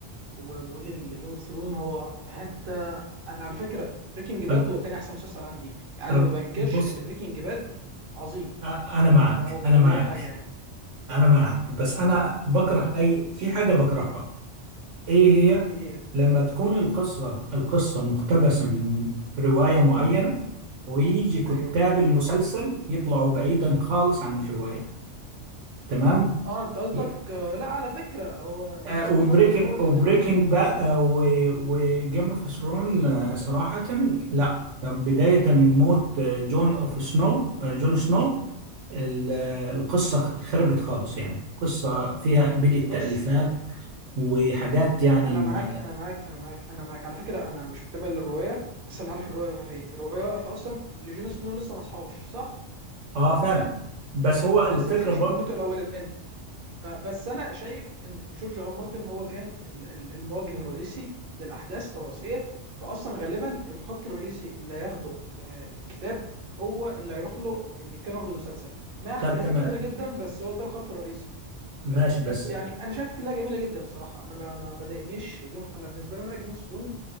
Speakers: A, on the right (about 60°); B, on the right (about 85°).
A: وبقول ان جيم اوف ثرون هو في حته انا على فكره بريكنج باد
B: طب
A: هو تاني احسن مسلسل عندي يعني
B: طب
A: انا ما بنكرش
B: بص
A: ان بريكنج باد عظيم
B: أ- انا معك
A: ده او قبل
B: انا معك
A: اي حاجه يعني
B: انا معك بس انا بكره اي في حاجه بكرهها ايه هي
A: ايه هي
B: لما تكون القصة القصة مقتبسة من رواية معينة ويجي كتاب
A: ايوه
B: المسلسل يطلعوا بعيدا خالص عن الرواية تمام
A: اه انت قصدك
B: yeah.
A: آه، لا على فكره هو جوشوا
B: آه وبريكنج
A: ام مارتن هو اللي
B: وبريكنج
A: كان آه،
B: بقى وجيم اوف ثرون صراحة لا طب بداية من موت آه، جون اوف سنو آه، جون سنو ال- آه، القصة خربت خالص يعني القصة فيها بيجي تأليفات
A: بص
B: وحاجات يعني
A: انا
B: ما...
A: معاك انا معاك انا معاك انا معاك على فكره انا مش متابع للروايه بس انا عارف الروايه واقفه فين الروايه واقفه اصلا اللي جون سنو لسه ما صحاش صح
B: اه فعلا بس هو الفكرة
A: لسه ما صحاش
B: برضه
A: من موته الاولاني بس انا شايف ان جورج ار مارتن هو كان ال- ال- الموجه الرئيسي للاحداث الرئيسيه فاصلا غالبا الخط الرئيسي اللي هياخده آه، الكتاب هو اللي هيروح له اللي كان واخده المسلسل مع اختلافات
B: طب تمام
A: كتيره جدا بس هو ده الخط الرئيسي
B: ماشي
A: ب-
B: بس
A: بس يعني انا شايف انها جميله جدا الصراحه انا ما ما ما ضايقنيش جيم- انا بالنسبه لي انا جيم اوف ثرونز